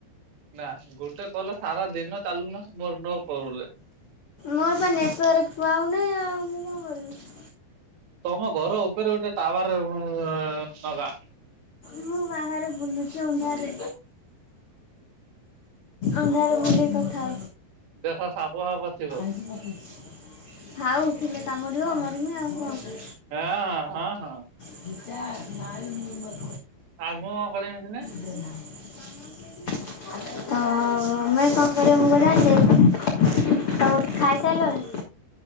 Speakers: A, on the right (about 80°); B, on the left (about 70°).
A: ନା ଗୋଟେ କଲ ସାରା ଦିନ ଚାଲୁନ ମୋର ନୋ ପ୍ରୋବେଲେମ୍।
B: ମୋର ବା ନେଟୱାର୍କ ପାଉନାହିଁ ଆଉ ମୁଁ କଣ କରିବି?
A: ତମ ଘର ଉପରେ ଗୋଟେ ଟାୱାର ନଗା।
B: ମୁଁ ବାହାରେ ବୁଲୁଛି ଅନ୍ଧାରରେ। ଆନ୍ଧାର ଭଳି କଥା
A: ଦେଖ ସାପ ଫାପ ଥିବ।
B: <inaudible> ଥାଉ ଥିଲେ କାମୁଡିବ ମରିବିି ଆଉ କଣ।
A: <unintelligible> ହଁ ହଁ।
B: <inaudible>
A: <unintelligible> ଉପରେ ଅଛିନା।
B: <inaudible> ତ <unintelligible> ମୁଁ କଣ ଜାଣିଚି। ତ ଖାଇ ସାରିଲାଣି?